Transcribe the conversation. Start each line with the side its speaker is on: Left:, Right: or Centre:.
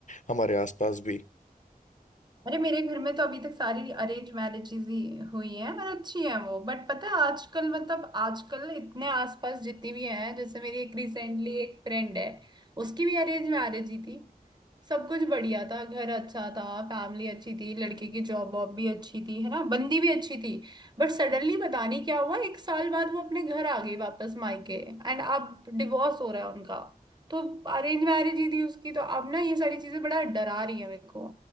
Left: हमारे आसपास भी
Right: अरे मेरे घर में तो अभी तक सारी अरेंज मैरिजेज ही हुई हैं और अच्छी हैं वो बट पता है आजकल मतलब आजकल इतने आसपास जितनी भी हैं जैसे मेरी एक रिसेंटली एक फ्रेंड है उसकी भी अरेंज मैरिज ही थी सब कुछ बढ़िया था घर अच्छा था फैमिली अच्छी थी लड़के की जॉब वॉब भी अच्छी थी है ना बंदी भी अच्छी थी बट सडनली पता नहीं क्या हुआ एक साल बाद वो अपने घर आ गई वापस मायके एंड अब डिवोर्स हो रहा है उनका तो अरेंज मैरिज ही थी उसकी तो अब ना ये सारी चीजें बड़ा डरा रही है मेरे को